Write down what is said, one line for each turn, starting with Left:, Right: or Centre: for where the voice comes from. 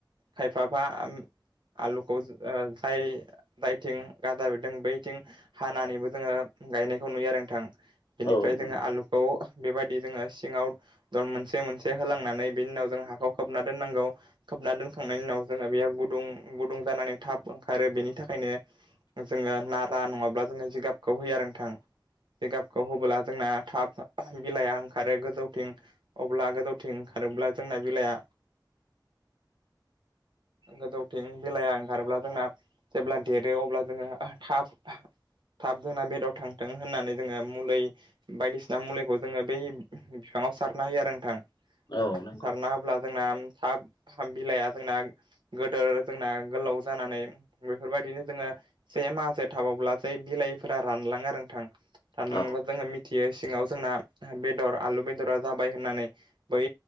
Right: खायफाफा आलुखौ आइ आइथिं गादा बिरदों बैथिं हानानैबो जोङो गायनायखौ नुयो आरो नोंथां। बेनिफ्राय
Left: औ
Right: जोङो
Left: नंगौ
Right: आलुखौ बेबायदि जोङो सिङाव दर मोनसे मोनसे होलांनानै बेनि उनाव जों हाखौ खोबना दोननांगौ। खोबना दोनखांनायनि उनाव जोङो बेयाव गुदुं गुदुं जानानै थाब ओंखारो बेनि थाखायनो जोङो नारा नङाब्ला जोङो जिगाबखौ होयो आरो नोंथां। जिगाबखौ होबोला जोंना थाब बिलाइआ ओंखारो गोजौथिं अब्ला गोजौथिं खारोब्ला जोंना बिलाया गोजौथिं बेलाया ओंखारोब्ला जोंना जेब्ला देरो अब्ला जोङो थाब थाब जोंना बेदर थांथों होननानै जोङो मुलि बायदिसिना मुलिखौ जोङो बै बिफा ङाव सारना होयो आरो नोंथां
Left: औ नंगौ
Right: सारना होब्ला जोंना थाब बिलाया जोंना गोदोर जोंना गोलाव जानानै बेफोरबायदिनो जोङो से माहासे थाबावब्ला जै बिलाइफोरा रानलाङो आरो नोंथां। रानलांबा
Left: औ
Right: जोङो मिथियो सिङाव। जोंना बेदर आलु बेदरा जाबाय होननानै बै